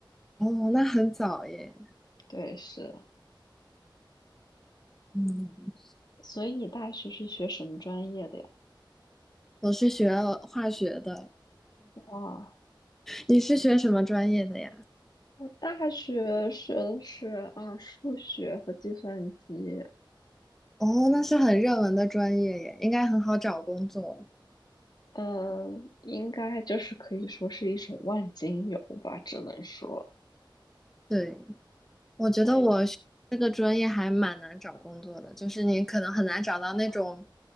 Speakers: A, in the centre; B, on the left (about 55°).
A: 哦，那很早耶。
B: 对，是，
A: 嗯，
B: 所以你大学是学什么专业的呀？
A: 我是学化学的，
B: 哇，
A: 你是学什么专业的呀？
B: 我大学学的是啊，数学和计算机。
A: 哦，那是很热门的专业耶，应该很好找工作。
B: 嗯，应该就是可以说是一种万金油吧，只能说。<laughs>
A: 对，我觉得我学这个专业还蛮难找工作的，
B: 哎
A: 就是你可能很难找到那种